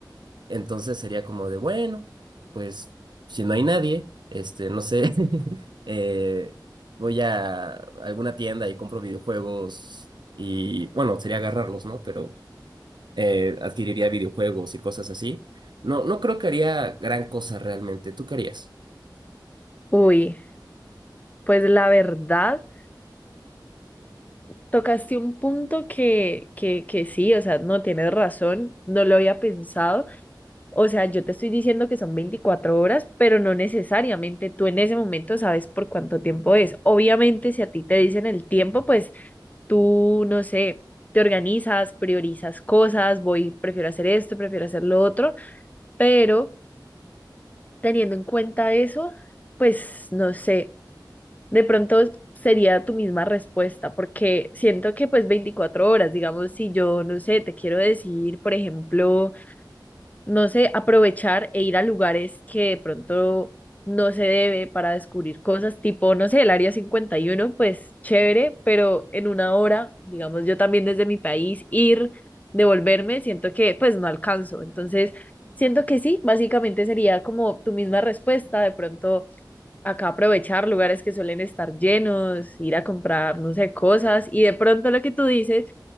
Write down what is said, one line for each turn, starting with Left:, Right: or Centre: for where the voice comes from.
Right: Entonces sería como de, bueno, pues si no hay nadie, este, no sé, <laughs> eh, voy a alguna tienda y compro videojuegos y bueno, sería agarrarlos, ¿no? Pero eh, adquiriría videojuegos y cosas así. No, no creo que haría gran cosa realmente. ¿Tú qué harías?
Left: Uy, pues la verdad, tocaste un punto que, que, que sí, o sea, no tienes razón, no lo había pensado. O sea, yo te estoy diciendo que son 24 horas, pero no necesariamente tú en ese momento sabes por cuánto tiempo es. Obviamente, si a ti te dicen el tiempo, pues tú, no sé, te organizas, priorizas cosas, voy, prefiero hacer esto, prefiero hacer lo otro, pero teniendo en cuenta eso, pues no sé, de pronto sería tu misma respuesta, porque siento que pues 24 horas, digamos, si yo, no sé, te quiero decir, por ejemplo, no sé, aprovechar e ir a lugares que de pronto no se debe para descubrir cosas, tipo, no sé, el Área cincuenta y uno pues chévere, pero en una hora, digamos, yo también desde mi país, ir, devolverme, siento que pues no alcanzo. Entonces, siento que sí, básicamente sería como tu misma respuesta, de pronto acá aprovechar lugares que suelen estar llenos, ir a comprar, no sé, cosas, y de pronto lo que tú dices